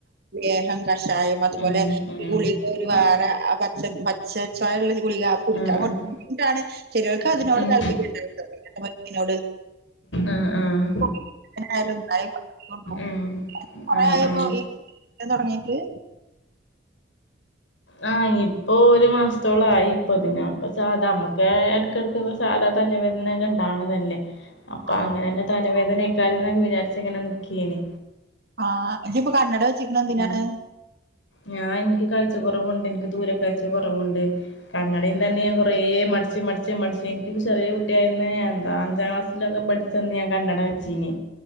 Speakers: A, on the right; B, on the left.
A: ലേഹം കഷായം അത്പോലെ
B: ഉം ഉം
A: ഈ ഗുളിക ഒരു വേറെ
B: ഉം
A: ആ പച്ച പ ച്ച ചോയള്ളോര് ഗുളിക കുടിക്കാ
B: ആഹ്
A: കൊ
B: ആഹ്
A: ബുദ്ധിമുട്ടാണ് ചെലോല്ക്ക് അതിനോട്
B: ഉം
A: താല്പര്യണ്ടാവുട്ടോ ഇങ്ങന്ത്തെ മര്ന്നിനോട്.
B: ആഹ് ആഹ്
A: <unintelligible> പറ്റോള്ളൂ
B: ഉം
A: കൊറെ
B: ആഹ്
A: ആയപ്പൊ
B: ആഹ്
A: ഈ തെടങ്ങീട്ട്
B: ആഹ് ഇപ്പോ ഒരു മാസ്ത്തോളായി ഇപ്പത് ഞാൻപ്പ സാധാ നമ്മക്ക്‌ എട്ക്കെട് ക്ക്‌ സാധാ തലവേദനക്കെ ഇണ്ടാവ്ണതല്ലേ അപ്പൊ
A: ആ
B: അങ്ങനെന്നെ തലവേദനെക്കാരന്നോക്കെ വിചാരിച്ചങ്ങനെ നിക്കേനി.
A: ആഹ് ഇജ്ജ് ഇപ്പൊ കണട വെച്ചിക്ക്ണെ എന്തിനാണ്
B: ഉം ഞാൻ ഇനിക്ക് കാഴ്ച കൊറവ്ണ്ട് എനിക്ക് ദൂരെ കാഴ്ച്ച കൊറവുണ്ട് കണടി തന്നെ ഞാൻ കൊ റേ മടിച്ച് മടിച്ച് മടിച്ച് എനിക്ക് ചെറിയ കുട്ട്യായന്ന് എന്താ അഞ്ചാം ക്ലാസ്സിലൊക്കെ പഠി ച്ചന്ന് ഞാൻ കണ്ണട വെച്ചീനി